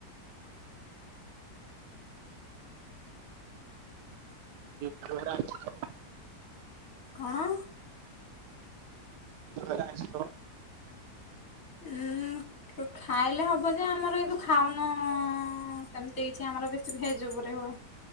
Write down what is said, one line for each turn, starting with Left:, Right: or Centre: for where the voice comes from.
Right: <inaudible>
Left: କଣ?
Right: ଘରେ ଆଇଁଷ ଥିବ?
Left: ଉଁ -ଉଁ -ଉଁ। ଖାଇଲେ ହବ ଯେ, ଆମର କିନ୍ତୁ ଖାଉନୁ-ଉଁ, ସେମିତି କିଛି ଆମର ବେଶୀ ଭେଜ୍ ଉପରେ ହୁଏ।